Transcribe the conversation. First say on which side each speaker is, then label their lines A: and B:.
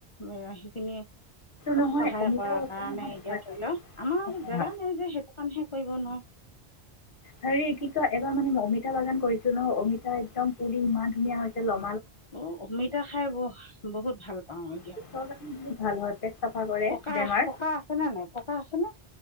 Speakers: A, on the left (about 40°); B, on the left (about 55°).
A: সেইখিনি
B: নহয়
A: সহায়
B: অমিতাও
A: কৰাৰ
B: হৈছে
A: কাৰণে
B: নহয়
A: এতিয়া
B: হয়
A: ধৰি লওক আমাৰ
B: হয়
A: জেগা নাই যে সেইটো কাৰণেহে কৰিব নয়
B: হেৰি কি এবাৰ মানে অমিতা বাগান কৰিছো ন অমিতা একদম পুলি ইমান ধুনীয়া হৈছে লগ
A: অ অমিতা খাই ব বহুত ভাল পাওঁ এতিয়া,
B: পেটৰ কাৰণে বহুত ভাল হয় পেট চাফা কৰে
A: পকা
B: বেমাৰ
A: পকা আছেনে? নাই পকা আছে ন